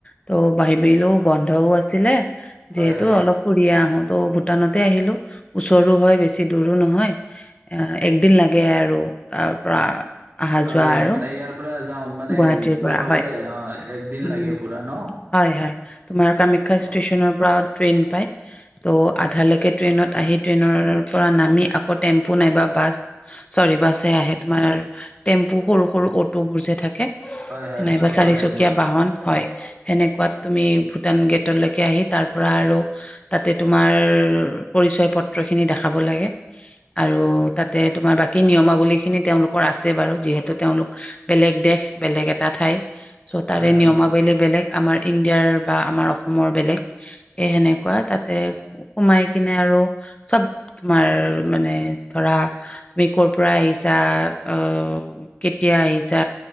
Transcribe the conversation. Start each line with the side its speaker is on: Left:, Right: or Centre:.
Left: ত বাহি বেহিলো বন্ধও আছিলে। যিহেতু
Right: হয়, হয়।
Left: অলপ ফুৰিয়ে আহো তো ভূটানতে আহিলো। ওচৰো হয় বেছি দূৰো নহয়, এ একদিন লাগে আৰু তাৰ পৰা। অহা
Right: অ
Left: যোৱা আৰু
Right: মানে, ইয়াৰ পৰা যাও মানে,
Left: গুৱাহাটীৰ পৰা
Right: গৈ পাবলে
Left: হয়
Right: অ একদিন
Left: উম
Right: লাগে পুৰা ন?
Left: হয়, হয়। তোমাৰ কামাখ্যা
Right: অ
Left: ষ্টেচনৰ পৰা ট্ৰেইন পায়। ত' আধালৈকে ট্ৰেইনত আহি, ট্ৰেইনৰ পৰা নামি আকৌ টেম্পু নাইবা বাছ, চৰি বাছহে আহে তোমাৰ টেম্পু সৰু সৰু অটোবোৰ যে থাকে।
Right: হয় হয়,
Left: নাইবা
Right: অট
Left: চাৰিচকীয়া
Right: ভেন বোৰ।
Left: বাহন হয়, সেনেকুৱাত তুমি ভূটান গেটলৈকে আহি তাৰ পৰা আৰু তাতে তোমাৰ, পৰিচয় পত্ৰ খিনি দেখাব লাগে। আৰু তাতে তোমাৰ বাকী নিয়মাৱলী খিনি তেওঁলোকৰ আছে বাৰু যিহেতু তেওঁলোক বেলেগ দেশ বেলেগ এটা ঠাই। চ, তাৰে
Right: হয় হয়
Left: নিয়মাবেলি বেলেগ। আমাৰ ইণ্ডিয়াৰ বা আমাৰ অসমৰ বেলেগ, এ সেনেকুৱা তাতে সোমাই কিনে আৰু চব তোমাৰ মানে, ধৰা- তুমি ক'ৰ পৰা আহিছা, অ কেতিয়া আহিছা,